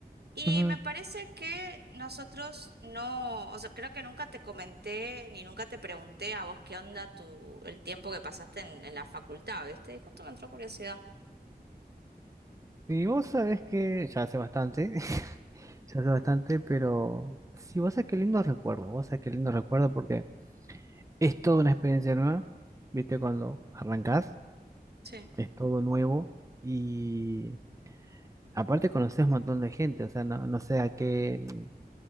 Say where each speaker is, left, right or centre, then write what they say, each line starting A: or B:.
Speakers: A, on the right (about 80°); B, on the right (about 20°).
A: y
B: ujú.
A: me parece que nosotros no, o sea, creo que nunca te comenté ni nunca te pregunté a vos qué onda tu, el tiempo que pasaste en, en la facultad, viste, y justo me entró curiosidad.
B: Y vos sabés que ya hace bastante, <laughs> ya hace bastante, pero sí, vos sabés qué lindo recuerdo, vos sabés qué lindo recuerdo porque es toda una experiencia nueva, viste, cuando arrancás,
A: Sí.
B: es todo nuevo y aparte conocés un montón de gente, o sea, no, no sé a qué, mm,